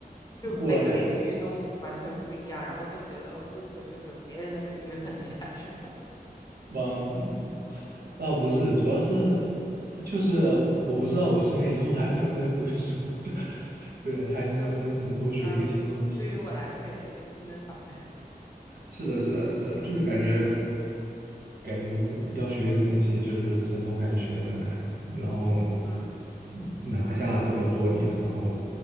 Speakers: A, on the left; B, on the right.
A: 就每个领域都完全不一样，
B: 过了，
A: 然后都觉得互呃就是别人的领域很厉害，是吧？<laughs>
B: 嗯，啊不是，主要是就是我不知道我十年以后还能不能读书，<laughs> 对，还能不能从头学一个新东西。
A: 就，呃，呃，对于我来说也是一个新的挑战。
B: 是的，是的，
A: <laughs>
B: 是的，
A: 嗯
B: 就是感觉感觉要学一个东西，就是从头开始学很难，然后
A: 嗯，
B: 嗯拿下这么多年，然后